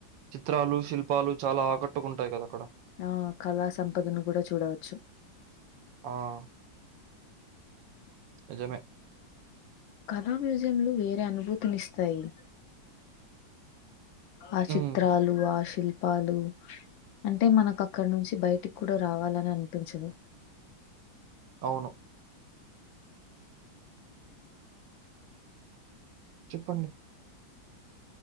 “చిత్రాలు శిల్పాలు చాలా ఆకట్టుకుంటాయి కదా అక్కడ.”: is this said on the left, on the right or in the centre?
Right